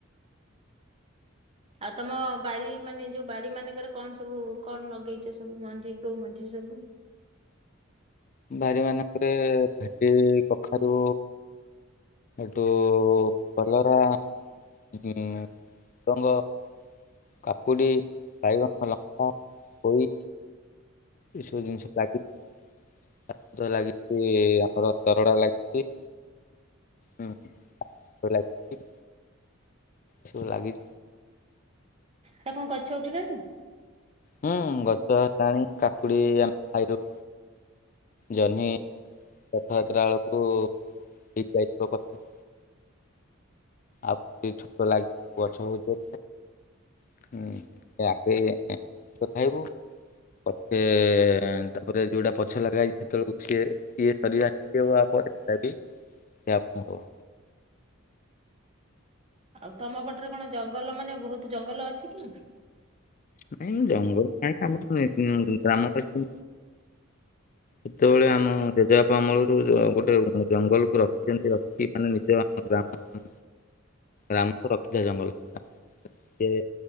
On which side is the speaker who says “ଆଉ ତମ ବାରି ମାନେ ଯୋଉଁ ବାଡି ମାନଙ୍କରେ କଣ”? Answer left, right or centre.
Right